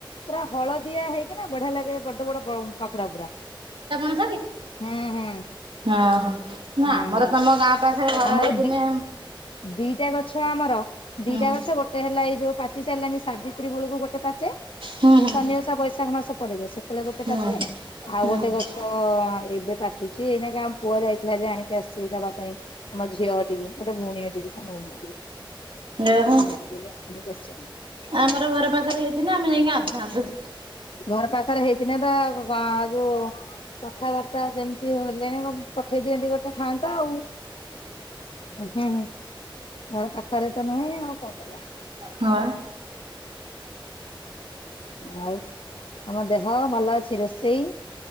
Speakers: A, on the left; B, on the right.
A: ପୁରା ହଳଦିଆ ହେଇକିନା ବଢିଆ ଲାଗେ ବଡ ବଡ ବ ପାଖୁଡା ପୁରା
B: <unintelligible>
A: ହୁଁ ହୁଁ
B: ହଁ। ନା
A: ହୁଁ।
B: ଆମର ତମ ଗାଁ ପାଖରେ ଘର
A: ଆମର
B: ହେଇଥିନେ
A: ଦି ଦିଟା ଗଛ ଆମର ଦିଟା
B: ହୁଁ
A: ଗଛ ଗୋଟେ ହେଲା ଏଇ ଯୋଉ ପାଚି ସାରିଲାଣି ସାବିତ୍ରୀ ବେଳକୁ ଗୋଟେ ପା ଚେ
B: ହୁଁ
A: ଏଇ
B: ହୁଁ
A: ସନି ଓସା ବୈଶାଖ ମାସ ପଡେ ଯାଏ ସେତେବେଳେ ଗୋଟେ
B: ହୁଁ
A: ପାଛେ ଆଉ
B: ହୁଁ
A: ଗୋଟେ ଗଛ ଏବେ ପାଚୁଛି ଏଇନାକା ଆମ ପୁଅ ଯାଇଥିଲା ଯେ ଆଣିକି ଆସିଛି ଦେବା ପାଇଁ ଆମ ଝିଅ ଘଟିକି ଗୋଟେ ଭଉଣୀ ଟିକି
B: ଓହୋ
A: ଦିବେ ବୋଲି ଆଣିକି ଆସିଛ
B: ଆମର ଘର ପାଖରେ ହେଇଥିଲେ ଆମେ ଯାଇକି ଆଣିଥାନ୍ତୁ।
A: ଘର ପାଖରେ ହେଇଥିଲେ ପା ଭଗଦ ଯୋଉ କଥାବାର୍ତ୍ତା ଯେମିତି ହେଲେ ପଠେଇ ଦିଅନ୍ତି ଗୋଟେ ଖାଆନ୍ତ ଆଉ ହୁଁ ଉଁ ଘର ପାଖରେ ତ ନୁହେଁ ଆଉ କଣ କରିବା।
B: ହଁପା।
A: ଆଉ ତମ ଦେହ ଭଲ ଅଛି ରୋଷେଇ?